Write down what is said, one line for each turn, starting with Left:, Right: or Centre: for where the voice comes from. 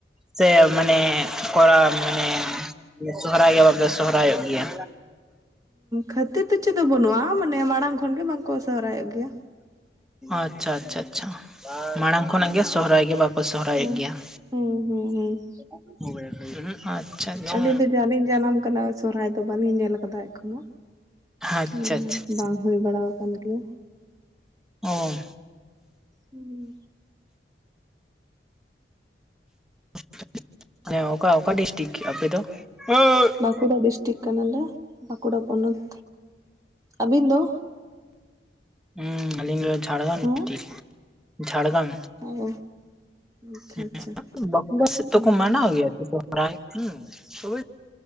Centre: ᱥᱮ ᱢᱟᱱᱮ ᱠᱚᱨᱟᱣ ᱢᱟᱱᱮ ᱥᱚᱦᱨᱟᱭ ᱜᱮ ᱵᱟᱯᱮ ᱥᱚᱦᱨᱟᱭᱚᱜ ᱜᱮᱭᱟ
Right: ᱠᱷᱟᱹᱛᱤᱨ ᱫᱚ ᱪᱮᱫ ᱫᱚ ᱵᱟᱹᱱᱩᱜᱼᱟ ᱢᱟᱱᱮ ᱢᱟᱲᱟᱝ ᱠᱷᱚᱱᱜᱮ ᱵᱟᱝᱠᱚ ᱥᱚᱦᱨᱟᱭᱚᱜ ᱜᱮᱭᱟ
Centre: ᱟᱪᱪᱷᱟ ᱟᱪᱪᱷᱟ ᱟᱪᱪᱷᱟ ᱢᱟᱲᱟᱝ ᱠᱷᱚᱱᱟᱜ ᱜᱮ ᱥᱚᱦᱨᱟᱭ ᱜᱮ ᱵᱟᱠᱚ ᱥᱚᱦᱨᱟᱭᱚᱜ
Right: ᱦᱩᱸ
Centre: ᱜᱮᱭᱟ <inaudible>
Right: ᱦᱩᱸ ᱦᱩᱸ ᱦᱩᱸ
Centre: <unintelligible> ᱩᱦᱩᱜ ᱟᱪᱪᱷᱟ ᱟᱪᱪᱷᱟ
Right: ᱟᱹᱞᱤᱧ ᱫᱚ ᱡᱟᱞᱤᱧ ᱡᱟᱱᱟᱢ ᱠᱟᱱᱟ ᱥᱚᱨᱟᱭ ᱫᱚ ᱵᱟᱹᱞᱤᱧ ᱧᱮᱞ ᱟᱠᱟᱫᱟ ᱮᱠᱷᱚᱱᱚ
Centre: ᱟᱪᱪᱷᱟ
Right: ᱚᱸ
Centre: ᱟᱪᱪᱷᱟ
Right: ᱵᱟᱝ ᱦᱩᱭ ᱵᱟᱲᱟᱣ ᱠᱟᱱ ᱜᱮᱭᱟ᱾
Centre: ᱚᱸ
Right: ᱦᱩᱸ
Centre: <inaudible> ᱦᱮᱸ ᱚᱠᱟ ᱚᱠᱟ ᱰᱤᱥᱴᱤᱠ ᱟᱯᱮ ᱫᱚ? ᱦᱩᱸ
Right: ᱵᱟᱸᱠᱩᱲᱟ ᱰᱤᱥᱴᱤᱠ ᱠᱟᱱᱟᱞᱮ᱾ ᱵᱟᱸᱠᱩᱲᱟ ᱯᱚᱱᱚᱛ ᱟᱹᱵᱤᱱ ᱫᱚ?
Centre: <inaudible> ᱚᱢ ᱟᱹᱞᱤᱧ ᱫᱚ ᱡᱷᱟᱲᱜᱟᱢ
Right: ᱦᱮᱸ
Centre: ᱰᱤᱥᱴᱤᱠ ᱡᱷᱟᱲᱜᱟᱢ᱾
Right: ᱚ ᱟᱪᱪᱷᱟ
Centre: <unintelligible>
Right: ᱟᱪᱪᱷᱟ
Centre: ᱵᱟᱸᱠᱩᱲᱟ ᱥᱮᱫ ᱫᱚᱠᱚ
Right: ᱦᱩᱸ
Centre: ᱢᱟᱱᱟᱣ ᱜᱮᱭᱟ ᱥᱚᱦᱨᱟᱭ? ᱦᱚᱸ ᱛᱚᱵᱮ